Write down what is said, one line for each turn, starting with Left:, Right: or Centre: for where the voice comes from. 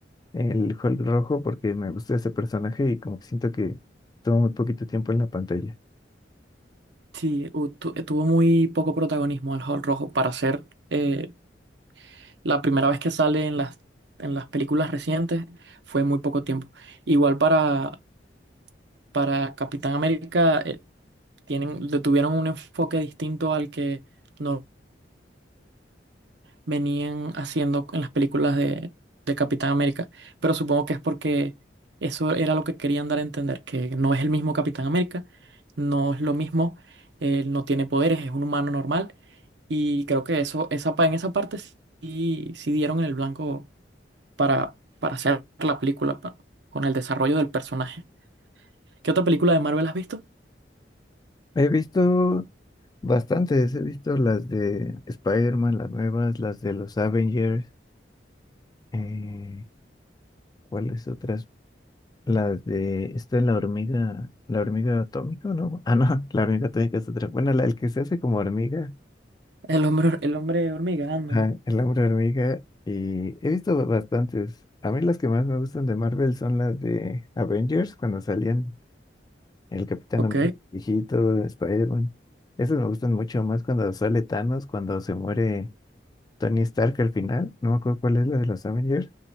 Left: el Hulk rojo porque me gustó ese personaje y como que siento que tomó muy poquito tiempo en la pantalla.
Right: Sí, u- tu- tuvo muy poco protagonismo el Hulk rojo para ser eh, La primera vez que sale en las, en las películas recientes fue muy poco tiempo. Igual para, para Capitán América eh, tienen, le tuvieron un enfoque distinto al que no venían haciendo en las películas de, de Capitán América. Pero supongo que es porque eso era lo que querían dar a entender, que no es el mismo Capitán América, no es lo mismo, él no tiene poderes, es un humano normal. Y creo que eso, esa, pa- en esa parte sí, sí dieron en el blanco para, para hacer la película, pa- con el desarrollo del personaje. ¿Qué otra película de Marvel has visto?
Left: He visto bastantes, he visto las de Spider-Man, las nuevas, las de los Avengers, eh, ¿cuáles otras? Las de, esta es la hormiga, la hormiga atómica, ¿no? Ah, no, la hormiga atómica es otra. Bueno, la, el que se hace como hormiga,
Right: El hombre, el hombre hormiga, Ant-Man.
Left: ajá, el hombre hormiga, y he visto ba- bastantes. A mí las que más me gustan de Marvel son las de Avengers, cuando salían el Capitán
Right: Ok,
Left: América, viejito, Spider-Man. Esas me gustan mucho más cuando sale Thanos, cuando se muere Tony Stark al final. No me acuerdo cuál es la de los Avengers.